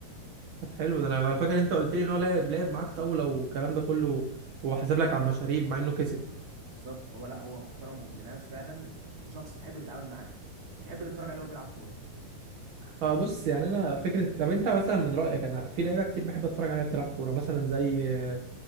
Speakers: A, on the right; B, on the right.
A: طب حلو ده انا أنا فاكر انت قلت لي ان هو لعب لعب معاك طاوله والكلام ده كله وحاسب لك على المشاريب مع انه كسب
B: بالظبط هو لا هو محترم وابن ناس فعلا وت- وشخص تحب تتعامل معاه وتحب تتفرج عليه وهو بيلعب كوره
A: اه بص يعني انا فكره طب انت مثلا من رايك انا في لعيبه كتير بحب اتفرج عليها بتلعب كوره مثلا زي آه،